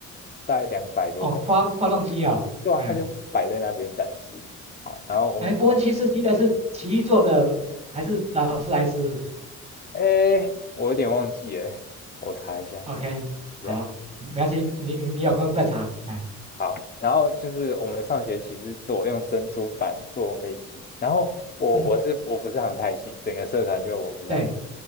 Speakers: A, on the left (about 30°); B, on the right (about 20°).
A: 大概两百多公斤，
B: 哦发发动机哦，
A: 对啊，
B: 哎
A: 他就摆在那边展示。好，然后我们坐，
B: 哎波音七四七的是奇异做的还是劳斯莱斯
A: 哎，我有点忘记哎，我查一下，
B: ？OK，
A: 等一下。
B: 好，没关系，你你你有空再查，哎
A: 好，然后就是我们上学期是做用珍珠板做飞机，然后我我是我不是航太系，
B: 嗯
A: 整个社团就我不是航，
B: 对，